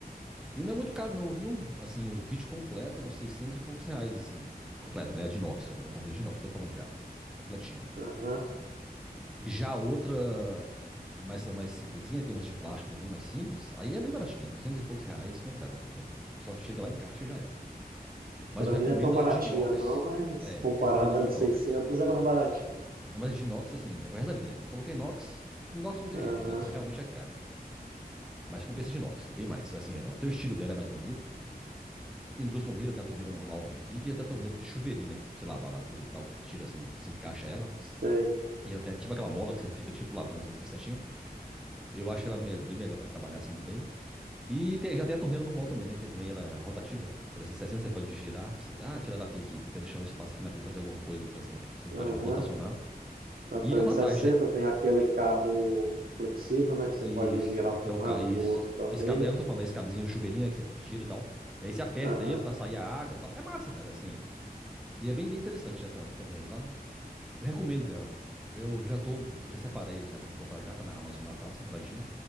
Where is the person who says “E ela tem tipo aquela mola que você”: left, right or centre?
Centre